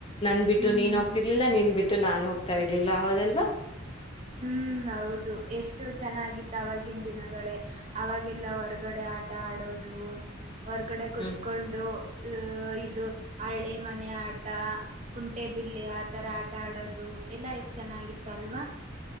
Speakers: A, on the left; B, on the right.
A: ನನ್ ಬಿಟ್ಟು
B: ಹ್ಮ್
A: ನೀನ್ ಹೋಗ್ತಿರ್ಲಿಲ್ಲ ನೀನ್ ಬಿಟ್ಟ ನಾನ್ ಹೋಗ್ತಾ ಇರ್ಲಿಲ್ಲ ಹೌದಲ್ವಾ
B: ಹ್ಮ್ ಹೌದು ಎಷ್ಟು ಚೆನ್ನಾಗಿತ್ತು ಆವಾಗಿನ್ ದಿನಗಳೇ ಅವಾಗೆಲ್ಲ ಹೊರ್ಗಡೆ ಆಟ ಆಡ ಹೌದು ಹೊರಗಡೆ ಕುೂತ್ಕೊಂಡು
A: ಹ್ಮ್
B: ಅ ಇದು ಹಳ್ಳಿ ಮನೆ ಆಟ ಕುಂಟೆ ಬಿಲ್ಲೆ ಆ ತರ ಆಟ ಆಡೋದು ಎಲ್ಲಾ ಎಷ್ಟ್ ಚೆನ್ನಾಗಿತ್ತು ಅಲ್ವಾ